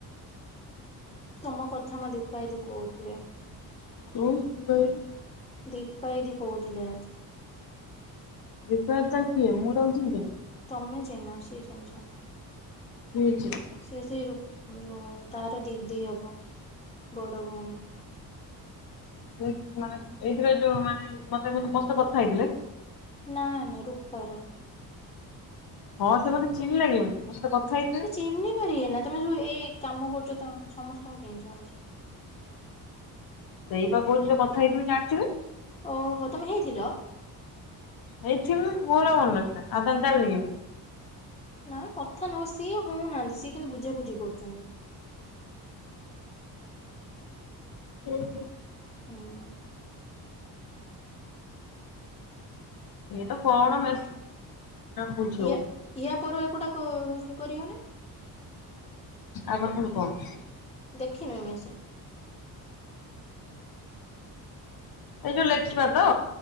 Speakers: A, on the left (about 15°); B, on the left (about 65°).
A: ତମ କଥା ମା ଦୀପାଇଦି କହୁଥିଲେ।
B: <unintelligible>
A: ଦୀପା ଏଦି କହୁଥିଲେ ଆଜି।
B: ଦୀପା ଦା କିଏ ମୁଁ ତାଙ୍କୁ ଚିହ୍ନିଛି ନା।
A: ତମେ ଚିହ୍ନ ସିଏ ଚିହ୍ନିଛନ୍ତି।
B: ନା କିଏ
A: ସେଇ ସେଇ ରୁ ଯୋ ତାର ଦିଦି ହବ ବଡ ଭଉଣୀ।
B: ସେ ମାନେ ଏଇଥିରେ ଯୋଉ ମାନେ ମତେ ମସ୍ତ କଥା ହେଇଥିଲେ।
A: ନା ନା ରୂପାର।
B: ହଁ ସେ ମୋତେ ଚିହିଁଲା କେମତି ମୋ ସହ କଥା ହେଇଥିଲେ
A: ସେ ଚିହ୍ନି ପାରିବେ ନା ତମେ ଯୋଉ ଏଇ କାମ କରୁଛ ସମସ୍ତଙ୍କୁ। <unintelligible>
B: ସେଇ ପା କହୁଛି ଯୋଉ କଥା <unintelligible>
A: ଓହୋ ତମେ ହେଇଥିଲ?
B: ହେଇଥିମି ମୋର ଆଉ ମନେ ନଥିଲା। ଆଉ ତାହାଲେ ଜାଣିଲି କେମିତି?
A: ନା କଥା ନହ ସିଏ ହଉନାହାନ୍ତି ସିଏ କିନ୍ତୁ ବୁଝାବୁଝ କରୁଛନ୍ତି।
B: ଉଁ ହୁଁ।
A: ହଁ।
B: ଇଏ ତ କଣ ମେସ୍ ବୁଝି ହଉନି
A: ୟା ୟା ପର ଏକୁଟାକ ସେ କରିବ ନା।
B: ଆପରେ ପୁଣି କଣ?
A: ଦେଖିନୁ ଏ ମେସେଜ?
B: ଏଇ ଯୋଉ ଲେଟ୍। <unintelligible>